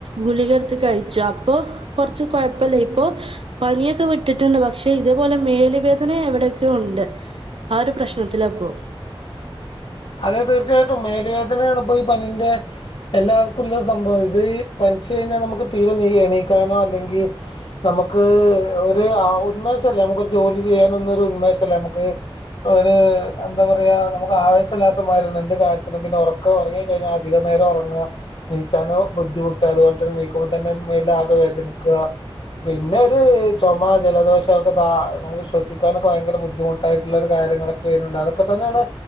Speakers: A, on the right; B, on the left.
A: ഗുളികെട്ത്ത് കഴിച്ചു അപ്പൊ കൊറ്ച്ച് കൊഴപ്പല്ല ഇപ്പൊ പനിയൊക്കെ വിട്ട്ട്ടുണ്ട് പക്ഷെ ഇതേപോലെ മേല് വേദന എവ്ടെക്കെയോ ഉണ്ട് ആഹ് ഒരു പ്രശ്നത്തിലാപ്പോ
B: അതെ തീർച്ചായിട്ടും മേല് വേദനയാണ് ഇപ്പൊ ഈ പനിന്റെ എല്ലാവർക്കുള്ള സംഭവം ഇത് പനിച്ച് കഴിഞ്ഞാൽ നമുക്ക് തീരെ എണീക്കാനോ അല്ലെങ്കിൽ നമക്ക് ഒരു ആവത് ഉന്മേഷല്ല നമ്മക്ക് ജോലി ചെയ്യാനൊന്നും ഒരു ഉന്മേഷല്ല നമുക്ക്. ഒരു എന്താ പറയാ നമുക്ക് ആവേശ ല്ലാത്തമരിയാണ് എന്ത് കാര്യത്തിനും പിന്നെ ഉറക്കം ഉറങ്ങിക്കഴിഞ്ഞാൽ അധികം നേരം ഉറങ്ങാ നീച്ചാനോ ബുദ്ധിമുട്ട് അതുപോലെ തന്നെ നീക്കുമ്പോതന്നെ മേലാകെ വേദനിക്കാ പിന്നെ ഒരു ചുമ ജലദോഷം ഒക്കെ നമുക്ക് ശ്വസിക്കാനൊക്കെ ഭയങ്കര ബുദ്ധിമുട്ടായിട്ടുള്ള ഒരു കാര്യങ്ങള് കാര്യങ്ങളൊക്കെ വര്നൂണ്ട് അതൊക്കെ തന്നേണ്.